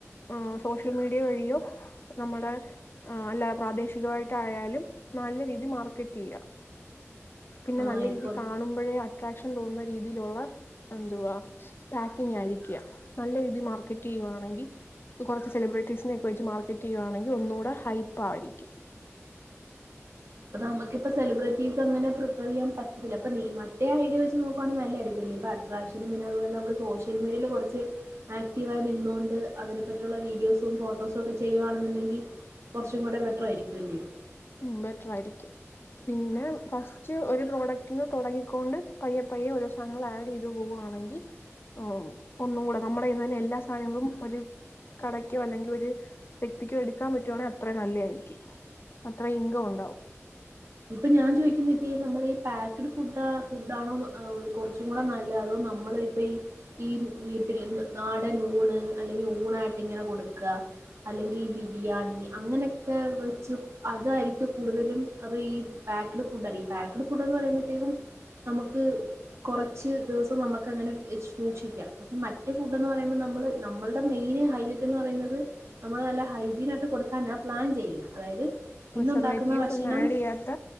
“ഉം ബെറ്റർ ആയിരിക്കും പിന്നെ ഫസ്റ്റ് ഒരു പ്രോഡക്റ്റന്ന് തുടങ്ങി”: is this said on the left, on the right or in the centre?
Left